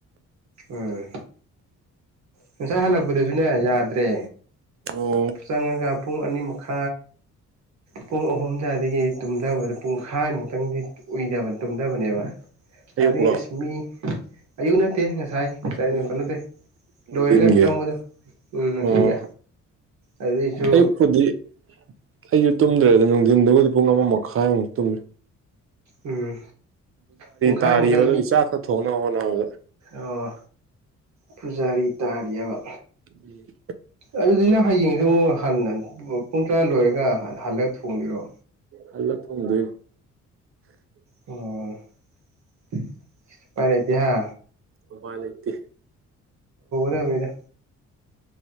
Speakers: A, on the right (about 65°); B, on the right (about 45°).
A: ꯎꯝ ꯉꯁꯥꯏ ꯍꯜꯂꯛꯄꯗꯨꯁꯨꯅꯦ ꯌꯥꯗ꯭ꯔꯦ
B: ꯑꯣ ꯑꯣ
A: ꯆꯪꯉꯒ ꯄꯨꯡ ꯑꯅꯤ ꯃꯈꯥꯏ ꯄꯨꯡ ꯑꯍꯨꯝꯗꯏꯗꯒꯤ ꯇꯨꯝꯗꯕꯗ ꯄꯨꯡꯈꯥꯏꯃꯨꯛꯇꯪꯗꯤ ꯎꯏꯗꯕ ꯗꯕꯅꯦꯕ
B: ꯑꯌꯨꯛꯂꯣ
A: ꯑꯗꯤ ꯑꯁ ꯃꯤ ꯑꯌꯨꯛ ꯅꯠꯇꯦ ꯊꯥꯏ ꯉ ꯆꯥꯏꯏꯅ
B: ꯎꯝ
A: ꯅꯠꯇ‌ꯦ
B: ꯅꯨꯡꯊꯤꯟꯒꯤ
A: ꯂꯣꯏꯔꯒ ꯆꯪꯕꯗꯣ ꯎꯝ
B: ꯑꯣ
A: ꯅꯨꯡꯊꯤꯟꯒꯤ ꯑꯗꯨꯏꯁꯨ
B: ꯑꯌꯨꯛꯄꯨꯗꯤ ꯑꯩꯁꯨ ꯇꯨꯝꯗ꯭ꯔꯦꯗ ꯅꯨꯡꯊꯤꯟꯗꯨꯕꯨꯗꯤ ꯄꯨꯡ ꯑꯃ ꯃꯈꯥꯏꯃꯨꯛ ꯇꯨꯝꯃꯤ
A: ꯎꯝ ꯄꯨꯡꯈꯥꯏꯃꯗꯪꯗꯤ
B: ꯇꯥꯔꯤꯕ ꯑꯗꯨꯒꯤ ꯆꯥꯛꯀ ꯊꯣꯡꯅꯕ ꯍꯣꯠꯅꯕꯗ
A: ꯑꯣ ꯄꯨꯖꯥꯔꯤ ꯇꯥꯔꯤꯑꯕ
B: ꯎꯝ
A: ꯑꯗꯨꯗꯨꯅ ꯍꯌꯦꯡꯁꯨ ꯑꯃꯨꯛ ꯍꯟꯅ ꯄꯨꯡ ꯇꯔꯥ ꯂꯣꯏꯔꯒ ꯍꯜꯂꯒ ꯊꯣꯡꯕꯤꯔꯣ
B: ꯍꯂ ꯊꯣꯗ
A: ꯑꯣ ꯁꯤ ꯄꯥꯏꯅꯗꯤꯍ
B: ꯃꯄꯥꯗꯇꯦ
A: ꯅꯦꯃꯤꯗ